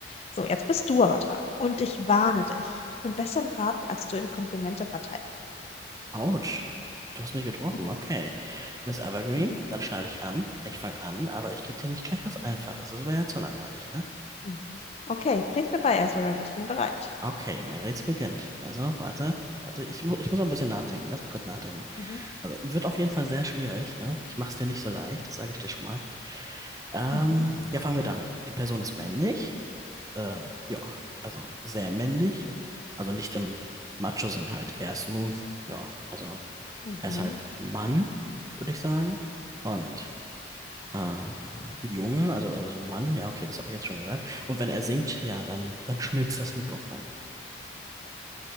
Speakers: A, on the left; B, on the right.
A: So, jetzt bist du aber dran. Und ich warne dich. Ich bin besser im Raten, als du im Komplimente verteilen.
B: Autsch. Du hast mich getroffen,
A: <laughs>
B: okay. Miss Evergreen,
A: Mhm,
B: dann schneide ich an. Ich fange an, aber ich gebe dir nicht gleich was Einfaches. Das wäre ja zu langweilig, ne?
A: mhm, mhm. Okay, bring's mir bei, Ezrin. Ich bin bereit.
B: Okay, mein Rätsel beginnt. Also, warte. Warte, ich, mu ich muss noch ein bisschen nachdenken. Lass mich kurz nachdenken.
A: Mhm,
B: Also, wird auf jeden Fall sehr schwierig, ne? Ich mach's dir nicht so leicht, das sage ich dir schon mal. Ähm,
A: mhm,
B: ja, fangen wir damit an. Die Person ist männlich. Äh, ja, also sehr männlich. Also nicht im Macho-Sinn halt. eher smooth. Ja, also
A: mhm.
B: er ist halt ein Mann, würde ich sagen. Und Ah, Junge, also, also Mann, ja, okay, das habe ich jetzt schon gesagt. Und wenn er singt, ja, dann, dann schmilzt das Mikrofon.